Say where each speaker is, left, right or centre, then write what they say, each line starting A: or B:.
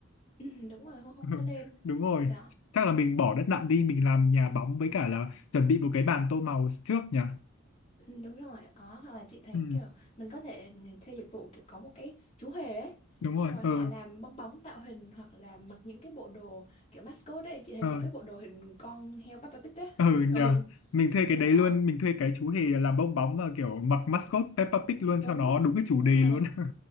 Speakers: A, on the left; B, on the left.
A: ừ, đúng rồi không không
B: <laughs>
A: có nên
B: đúng rồi
A: đó
B: chắc là mình bỏ đất nặn đi mình làm nhà
A: ừ.
B: bóng với cả là chuẩn bị một cái bàn tô màu trước nhỉ
A: Ừ, đúng rồi đó hoặc là chị thấy
B: ừ,
A: kiểu mình có thể thuê dịch vụ kiểu có một cái chú hề ấy
B: đúng
A: xong
B: rồi
A: rồi
B: ờ
A: họ làm bong bóng tạo hình hoặc là mặc những cái bộ đồ kiểu mascot ấy chị thấy
B: ờ
A: có cái bộ đồ hình con heo Peppa Pig đấy
B: ờ
A: <laughs>
B: nhờ
A: ừ
B: mình thuê cái
A: đó
B: đấy luôn mình thuê cái chú hề làm bong bóng mà kiểu mặc mascot Peppa Pig luôn
A: đúng
B: cho nó đúng cái
A: đúng
B: chủ
A: rồi
B: đề luôn <laughs>